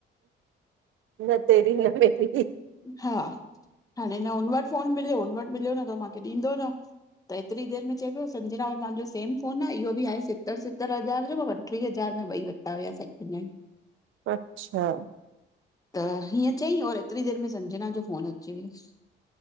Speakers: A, on the right (about 80°); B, on the left (about 15°).
A: न तेरी- न मेरी।
B: हा, हाणे न हुन वटि फ़ोन मिलियो, हुन वटि मिलियो न त मांखे ॾींदो न। त हेतिरी देर में चए पयो संजना और मांजो सेम फ़ोन आहे, इहो भी आहे सितर सितर हजार जो माउ वटि। ट्रीअ हज़ार में ॿई वरिता हुया सैकेंड हेंड।
A: अच्छा!
B: त हीअं चईं और ऐतिरी देर में सजंना जो फोन अची वियसु।